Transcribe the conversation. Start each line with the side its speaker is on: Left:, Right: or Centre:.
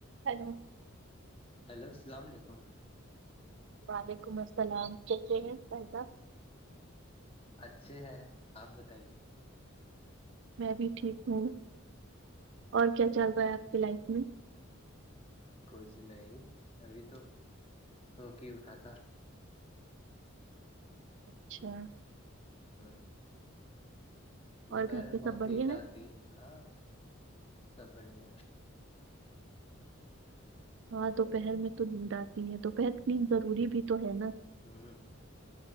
Right: hello
Left: hello السلام علیکم
Right: وعلیکم السلام کیسے ہیں فائ صح
Left: اچھے ہیں آپ بتائیے
Right: میں بھی ٹھیک ہوں اور کیا چل رہا ہے آپ کے لائف میں
Left: کچھ نہیں ابھی تو سوک ہی اٹھا تھا
Right: اچھا
Left: ہ دوپہر
Right: اور گھر
Left: میں
Right: پہ
Left: بہت
Right: سب بڑھیا
Left: نیند آتی ہے ہاں سب بڑھیا
Right: ہاں دوپہر میں تو نیند آتی ہے دوپہر نیند ضروری بھی تو ہے نا
Left: ہ ہ